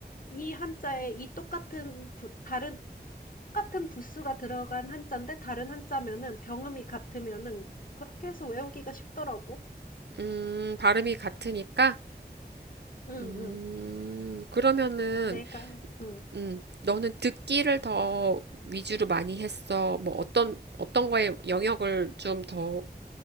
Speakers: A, on the left; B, on the right.
A: 이 한자에 이 똑같은, 부- 다른, 똑같은 부수가 들어간 한자인데 다른 한자면은 병음이 같으면은 그렇게 해서 외우기가 쉽더라고.
B: 음, 발음이 같으니까.
A: 응,
B: 음,
A: 응.
B: 그러면은,
A: 내가, 응.
B: 음, 너는 듣기를 더 위주로 많이 했어. 뭐 어떤, 어떤 거에 영역을 좀 더,